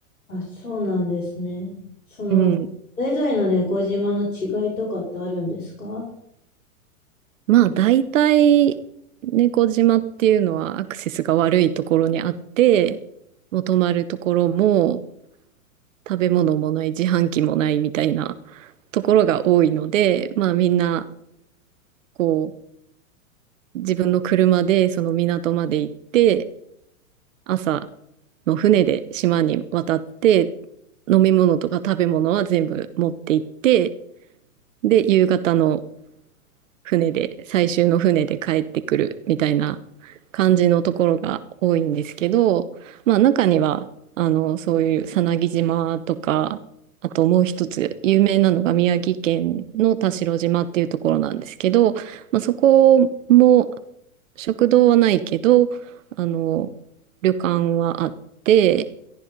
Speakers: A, on the left (about 85°); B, on the right (about 60°).
A: あ、そうなんですね。その、
B: うん。
A: それぞれの猫島の違いとかってあるんですか
B: まあ、大体、猫島っていうのはアクセスが悪いところにあって、もう泊まるところも食べ物もない、自販機もないみたいなところが多いので、まあ、みんな、こう、自分の車でその港まで行って、朝の船で島に渡って、飲み物とか食べ物は全部持って行って、で、夕方の船で、最終の船で帰ってくるみたいな感じのところが多いんですけど、まあ中には、あの、そういうさなぎ島とか、あともう一つ有名なのが宮城県の田代島っていうところなんですけど、まあ、そこも食堂はないけど、あの、旅館はあって、